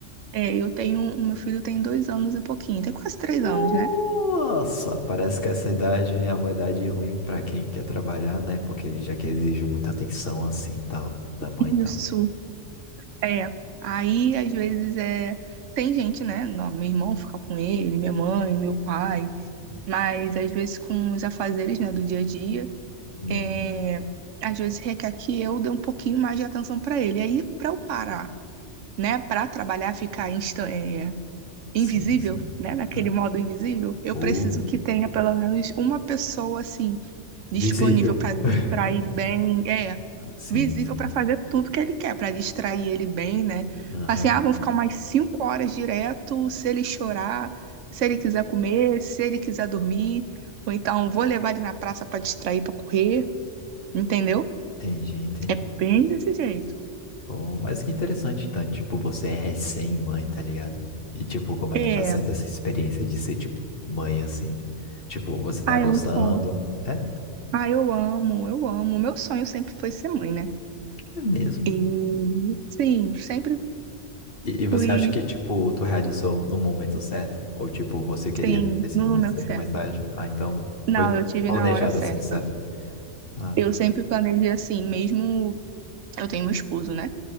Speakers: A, on the right (about 85°); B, on the left (about 50°).
A: é, eu tenho, o meu filho tem dois anos e pouquinho, tem quase três
B: Nossa,
A: anos, né?
B: parece que essa idade é uma idade ruim pra quem quer trabalhar, né? Porque já que exige muita atenção assim, tal, da mãe
A: Isso.
B: e tal.
A: É. Aí, às vezes, é. Tem gente, né? Não, meu irmão fica com ele, minha mãe, meu pai.
B: Sim,
A: Mas, às vezes, com os afazeres, né, do dia a dia,
B: Hum,
A: é... às vezes requer que eu dê um pouquinho mais de atenção pra ele. Aí, pra eu parar, né? Pra trabalhar, ficar insta... é,
B: sim.
A: invisível,
B: sim.
A: né? Naquele
B: Ah,
A: modo invisível, eu
B: O
A: preciso que tenha pelo menos uma pessoa, assim, disponível
B: visível.
A: para distrair
B: <laughs>
A: bem, é,
B: Sim,
A: visível
B: sim.
A: para fazer tudo que ele quer, para distrair ele bem, né?
B: Aham,
A: Assim, ah, vão ficar umas cinco horas direto, se ele chorar, se ele quiser comer, se ele quiser dormir, ou então vou levar ele na praça para distrair, para correr, entendeu?
B: Entendi, entendi.
A: É bem desse jeito.
B: Pô, mas que interessante, então, tipo, você é recém-mãe, tá ligado? E, tipo, como é
A: É,
B: que tá sendo essa experiência de ser, tipo, mãe, assim? Tipo, você tá
A: ah,
B: gostando?
A: é muito bom.
B: É,
A: Ah, eu amo, eu amo. Meu sonho sempre foi ser mãe, né?
B: é mesmo.
A: E sim, sempre
B: E, e você
A: fui,
B: acha que, tipo, tu realizou no momento certo? Ou, tipo, você queria
A: sim,
B: ter sido
A: no
B: mais
A: momento
B: cedo,
A: certo.
B: mais tarde? Ah, então
A: Não,
B: foi
A: eu tive
B: planejado
A: na hora certa.
B: assim, de certo? Ah,
A: Eu sempre planejei assim, mesmo eu tenho meu esposo, né?